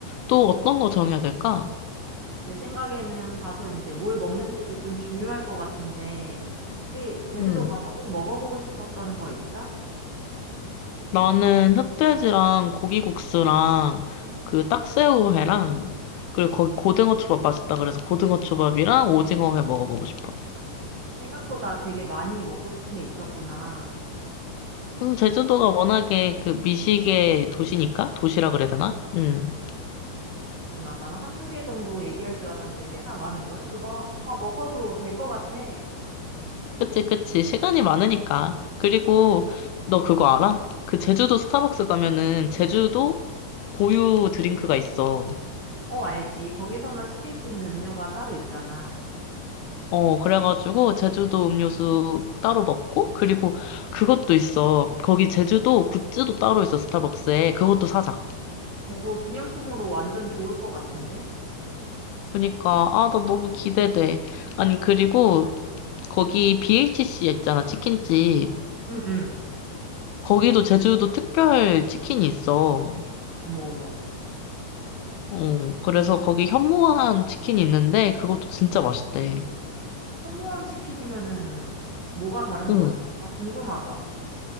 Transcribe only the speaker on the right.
내 생각에는 가서 이제 뭘 먹는지도 좀 중요할 것 같은데, 혹시 제주도
가서 꼭 먹어보고 싶었던 거 있어?
생각보다 되게 많이 먹고 싶은 게 있었구나.
그렇구나. 나는 한두 개 정도 얘기할 줄 알았는데 꽤나 많은걸? 그거 다 먹어도 될 것 같아.
어, 알지. 거기서만 시킬 수 있는 음료가 따로 있잖아.
어, 그거 기념품으로 완전 좋을 것 같은데?
응, 응.
어머, 어머.
현모암 치킨이면은 뭐가 다른
거야? 나 궁금하다.